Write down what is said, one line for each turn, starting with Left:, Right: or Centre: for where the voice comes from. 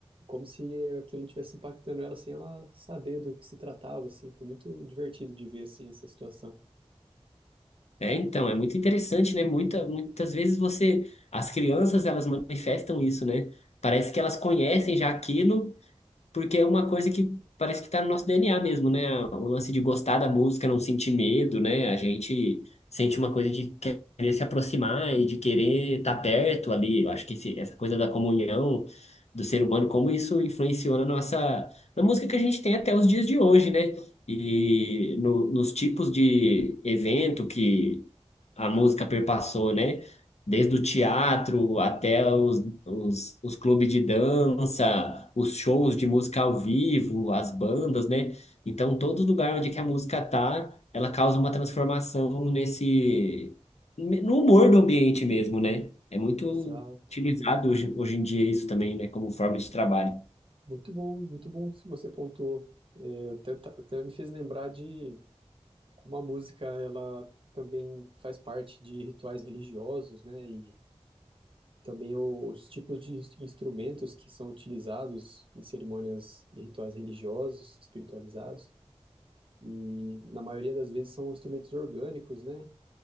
Right: como se aquilo estivesse impactando ela sem ela saber do que se tratava, assim. Foi muito divertido de ver, assim, essa situação.
Left: É, então, é muito interessante, né? Muita, muitas vezes você, as crianças, elas manifestam isso, né? Parece que elas conhecem já aquilo Porque é uma coisa que parece que tá no nosso DNA mesmo, né? O lance de gostar da música, não sentir medo, né? A gente sente uma coisa de querer se aproximar e de querer estar perto ali. Eu acho que esse- essa coisa da comunhão do ser humano, como isso influenciou na nossa, na música que a gente tem até os dias de hoje, né? E no- nos tipos de evento que a música perpassou, né? desde o teatro até os, os, os clubes de dança, os shows de música ao vivo, as bandas, né? Então, todo lugar onde que a música tá, ela causa uma transformação nesse, no humor do ambiente mesmo, né? É muito
Right: Exato.
Left: utilizado hoje, hoje em dia isso também, né? Como forma de trabalho.
Right: Muito bom, muito bom que você pontuou. É, até, ta- até me fez lembrar de como a música ela também faz parte de rituais religiosos, né? E também o- os tipos de ins- instrumentos que são utilizados em cerimônias e rituais religiosos, espiritualizados. E na maioria das vezes são instrumentos orgânicos, né?